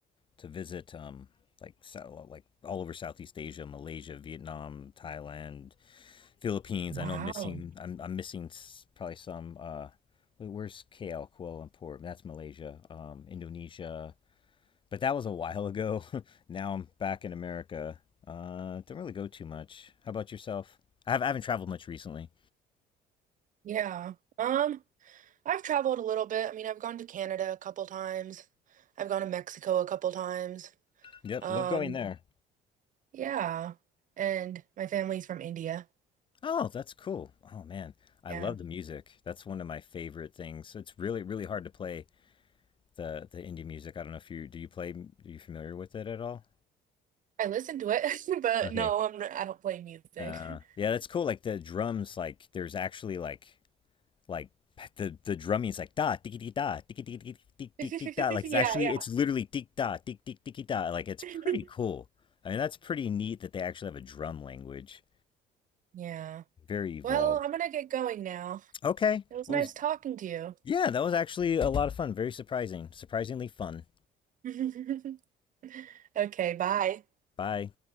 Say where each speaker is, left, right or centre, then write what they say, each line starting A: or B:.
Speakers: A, on the left; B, on the right.
A: to visit um like so, like all over Southeast Asia, Malaysia, Vietnam, Thailand, Philippines.
B: Wow.
A: I know I'm missing. I'm I'm missing s- probably some. Uh, wait, where's KL, Kuala Lumpur? That's Malaysia. Um, Indonesia but that was a while ago. <laughs> now I'm back in America. Uh, don't really go too much. How about yourself? I, have, I haven't traveled much recently.
B: Yeah. Um, I've traveled a little bit. I mean, I've gone to Canada a couple times. I've gone to Mexico a couple times.
A: Yep,
B: Um,
A: love going there.
B: yeah. And my family's from India.
A: Oh, that's cool. Oh man, I
B: Yeah.
A: love the music. That's one of my favorite things. It's really really hard to play the the indie music. I don't know if you do you play. Are you familiar with it at all?
B: I listen to it, <laughs> but
A: Okay.
B: no, I'm not, I don't play music.
A: Uh,
B: <laughs>
A: yeah, that's cool. Like the drums, like there's actually like like <laughs> the the drumming is like da tiki da tiki tiki
B: Yeah,
A: tiki da like it's actually
B: yeah.
A: it's literally tick da tick tick tiki da like it's
B: <laughs>
A: pretty cool. I mean that's pretty neat that they actually have a drum language.
B: Yeah.
A: Very evolved.
B: Well, I'm gonna get going now.
A: Okay.
B: It was
A: Well,
B: nice talking to
A: yeah, that was actually a lot of fun. Very surprising. Surprisingly fun.
B: you. <laughs> Okay, bye.
A: Bye.